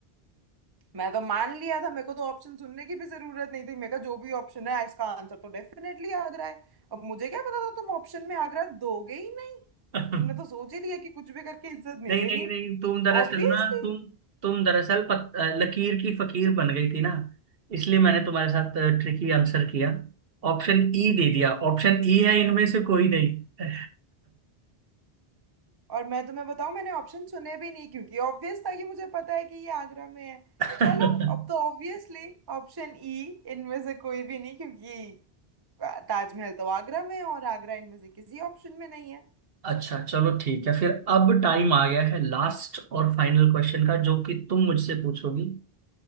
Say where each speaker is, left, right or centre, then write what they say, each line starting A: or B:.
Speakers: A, on the right; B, on the right.
A: मैं तो मान लिया था मेरे को तो ऑप्शन सुनने की भी जरूरत नहीं थी मेरे का जो भी ऑप्शन है इसका आंसर तो डेफिनेटली आगरा है अब मुझे क्या पता था तुम ऑप्शन में आगरा दोगे ही नहीं
B: <laughs>
A: तुमने तो सोच ही लिया कि कुछ भी करके इज्जत नहीं
B: नहीं
A: देनी
B: नहीं नहीं तुम दरअसल
A: ऑब्वियसली
B: ना तुम तुम दरअसल पत, अ, लकीर की फकीर बन गई थी ना इसलिए मैंने तुम्हारे साथ ट्रिकी आंसर किया ऑप्शन ई दे दिया ऑप्शन ई है इनमें से कोई नहीं
A: और मैं तुम्हें बताऊं मैंने ऑप्शन सुने भी नहीं क्योंकि ऑब्वियस था कि मुझे पता है कि ये आगरा में है
B: <laughs>
A: चलो अब तो ऑब्वियसली ऑप्शन ई इनमें से कोई भी नहीं क्योंकि ताजमहल तो आगरा में है और आगरा इनमें से किसी ऑप्शन में नहीं है
B: अच्छा चलो ठीक है फिर अब टाइम आ गया है लास्ट और फाइनल क्वेश्चन का जो कि तुम मुझसे पूछोगी